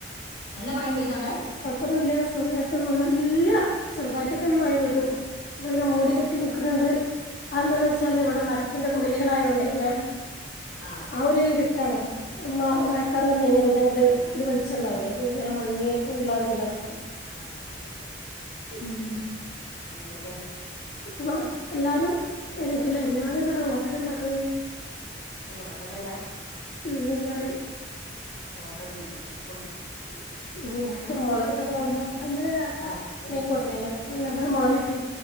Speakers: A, on the left; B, on the left.
A: നല്ല മഴ പെയ്തൗടെ
B: കുഴപ്പൊന്നുല്ല സുഖായിട്ട് പോണ് ഇല്ല ചെർതായിട്ടൊക്കെന്നെ മഴ പെയ്തു അങ്ങനെ മൂടികെട്ടി നിക്ക്ണ് ണ്ട് അതന്താന്ന് വെച്ചാല് ഇവിടെ മരത്തിന്റെ കുടിലികളായോണ്ട് എക്കുല്ലേ
A: ആഹ്
B: ആ ഒരു ഇര്ട്ടാണ് മ മയക്കാറ് വന്ന് കഴിഞ്ഞാല് അങ്ങട്ട്
A: ആഹ്
B: ഒരു വൾച്ചണ്ടാവുല്ല
A: ആഹ്
B: ഒരു ഇങ്ങനെ മങ്ങിയിട്ട് ള്ള ഒരു ഇത്ണ്ടാവ
A: ആ ശരിയ
B: മ്
A: പിന്നെന്തക്കെ
B: ഇപ്പൊ എല്ലാരും എണീറ്റില്ല ഞാന് ഇവിടെ ഓട്ടട ഇണ്ടാക്ക്ണ്
A: ഏ ഓട്ടടെലാ
B: മ് ഞ് അയ്‌ന് കറി
A: <inaudible> ഓട്ടടേം <unintelligible>
B: <inaudible> ഏ മുളകിട്ടൊക്കെ ആകുമ്പോ ഇന്നലെ രാത്രി
A: ആഹ് അത്
B: മീൻ
A: രസണ്ടാവും
B: കൊണ്ടന്നീന്ന് അതാണ്ട് മൊളകിട്ട്